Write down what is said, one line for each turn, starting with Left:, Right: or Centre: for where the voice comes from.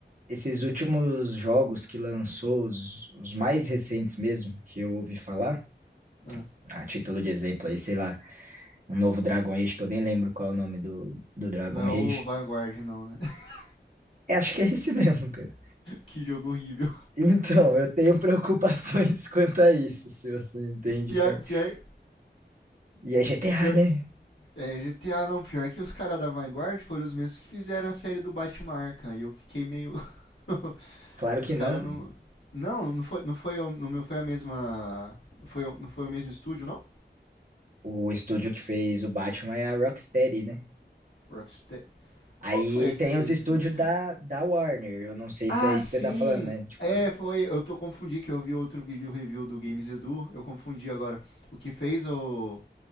Right: esses últimos jogos que lançou, os, os mais recentes mesmo, que eu ouvi falar,
Left: ah.
Right: a título de exemplo aí, sei lá, um novo Dragon Age, que eu nem lembro qual é o nome do, do Dragon
Left: Não é o
Right: Age.
Left: Vanguard, não, né? <laughs>
Right: É, acho que é esse <laughs> mesmo, cara.
Left: Que jogo horrível.
Right: Então, eu tenho preocupações <laughs> quanto a isso, se você entende,
Left: Pior,
Right: sabe?
Left: pior,
Right: E é GTA,
Left: pior.
Right: né?
Left: É, GTA não, pior que os caras da Vanguard foram os mesmos que fizeram a série do Batman Arkham. E eu fiquei meio. <laughs>
Right: Claro que
Left: os caras
Right: não, Dani.
Left: não. Não, não foi, não foi, o- não foi a mesma. Não foi, o- não foi o mesmo estúdio, não?
Right: O estúdio que fez o Batman é a Rocksteady, né?
Left: Rockstar.
Right: Aí
Left: Qual foi a que
Right: tem
Left: fez
Right: os estúdios
Left: o.
Right: da, da Warner. Eu não sei
Left: Ah,
Right: se é isso
Left: sim!
Right: que você tá falando, né? Tipo,
Left: É, foi. Eu tô confundi que eu vi outro vídeo review do Games Edu. Eu confundi agora. O que fez o.